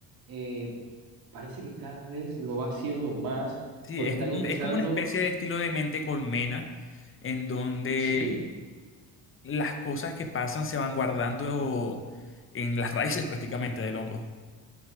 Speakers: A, on the right; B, on the left.
A: eh, parece que cada vez lo va haciendo más
B: Sí,
A: porque
B: es
A: están
B: como,
A: empezando,
B: un- es como una especie de estilo de mente colmena en donde
A: sí.
B: las cosas que pasan se van guardando en las raíces prácticamente del hongo.